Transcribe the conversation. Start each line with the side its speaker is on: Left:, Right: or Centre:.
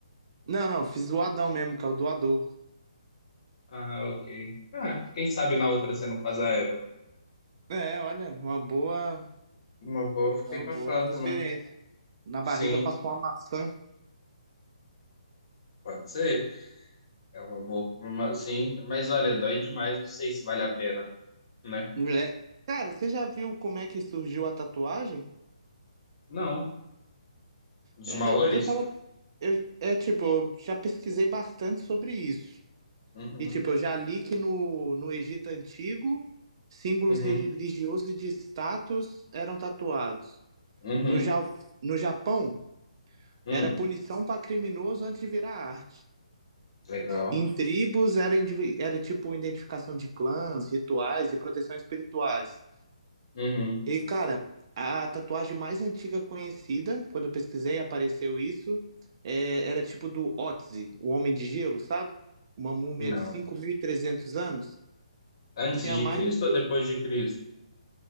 Right: não, não, eu fiz o Adão mesmo, que é o doador.
Left: Ah, ok. Ah, quem sabe na outra você não faz a Eva.
Right: É, olha, uma boa,
Left: Uma boa, fica
Right: uma
Left: aí pra
Right: boa
Left: próxima.
Right: referência. Na
Left: Sim,
Right: barriga eu faço uma maçã.
Left: pode ser. É uma boa. uma- sim, mas olha, dói demais, não sei se vale a pena, né?
Right: Moleque, cara, você já viu como é que surgiu a tatuagem?
Left: Não. Dos
Right: É,
Left: Maores?
Right: eu, eu tava. Eu, é tipo, eu já pesquisei bastante sobre isso.
Left: Uhum,
Right: E tipo, eu já li que no, no Egito Antigo, símbolos
Left: uhum,
Right: religiosos e de status eram tatuados.
Left: uhum,
Right: No, Ja- no Japão,
Left: hum,
Right: era punição para criminoso antes de virar arte.
Left: legal.
Right: Em tribos, era, indivi- era tipo identificação de clãs, rituais e proteção espirituais.
Left: Uhum,
Right: E, cara, a tatuagem mais antiga conhecida, quando eu pesquisei, apareceu isso, é, era tipo do Otzi, o Homem de Gelo, sabe? Uma múmia
Left: não.
Right: de 5.300 anos.
Left: Antes
Right: Tinha
Left: de
Right: mais
Left: Cristo
Right: de...
Left: ou depois de Cristo?